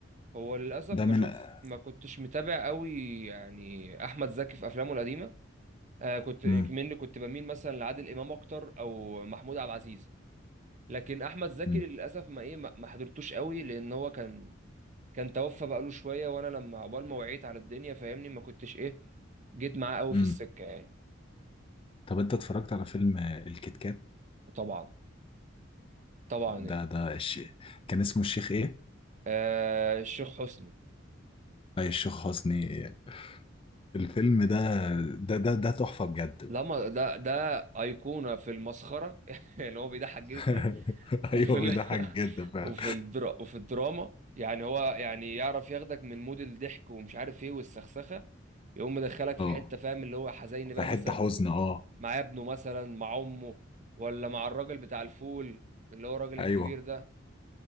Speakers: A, on the right; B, on the left.
A: هو للاسف
B: ده
A: ما
B: من
A: شوف ما كنتش متابع قوي يعني احمد زكي في افلامه القديمه آه كنت
B: مم.
A: مني كنت بميل مثلا لعادل امام اكتر او محمود عبد العزيز لكن احمد زكي
B: مم.
A: للاسف ما ايه ما ما حضرتوش قوي لان هو كان كان توفى بقاله شويه وانا لما عقبال ما وعيت على الدنيا فاهمني ما كنتش ايه جيت معاه قوي
B: مم.
A: في السكه يعني
B: طب أنت اتفرجت على فيلم آه، الكيت كات
A: طبعا طبعا يعني.
B: ده ده الش... كان اسمه الشيخ إيه؟
A: آه الشيخ حسني
B: أي الشيخ حسني إيه؟ الفيلم ده ده ده ده تحفة بجد بقى
A: لما ده ده أيقونة في المسخرة <laughs> يعني هو بيضحك جدا
B: <laughs>
A: وفي
B: أيوه
A: ال...
B: بيضحك جدا
A: <laughs>
B: فعلا
A: وفي الدرا... وفي الدراما يعني هو يعني يعرف ياخدك من مود الضحك ومش عارف ايه والسخسخة يقوم مدخلك في
B: أه
A: حتة فاهم اللي هو حزين بقى
B: في حتة
A: مثلا
B: حزن أه
A: مع ابنه مثلا مع أمه ولا مع الراجل بتاع الفول اللي هو الراجل
B: أيوه
A: الكبير ده